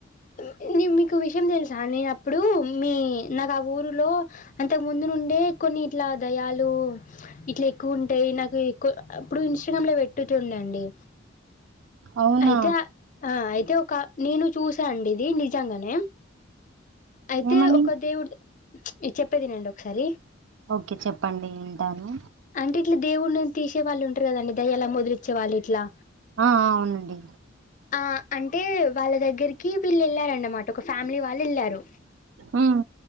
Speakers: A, on the left (about 40°); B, on the right (about 70°).
A: అ ఉ న మీకు విషయం తెలుసా నేను అప్పుడు మీ నాకు ఆ ఊరులో అంతకు ముందు నుండే ఎ కొన్ని ఇట్లా దయాలు ఇట్లా ఎక్కువ ఉంటాయి. నాకు ఎక్కువ అ ఇప్పుడు ఇన్స్టాగ్రామ్ లో పెట్టు నండి
B: అవునా!
A: అయితే అ అయితే ఒక నేను చూసా అండి ఇది నిజంగానే అయితే
B: ఏమని?
A: ఒక దేవుడు చ్ చెప్పేదినండి ఒకసారి
B: ఓకే చెప్పండి వింటాను.
A: అంటే ఇట్లా దేవుణ్ని తీసేవాళ్ళు ఉంటారు కదండి దయ్యాలని వదిలిచ్చేవాళ్ళు ఇట్లా
B: ఆ అవునండి.
A: ఆ అంటే వాళ్ళ దగ్గరికి వీళ్ళు వెళ్ళారన్నమాట ఒక ఫ్యామిలీ వాళ్ళు వెళ్ళారు.
B: హ్మ్.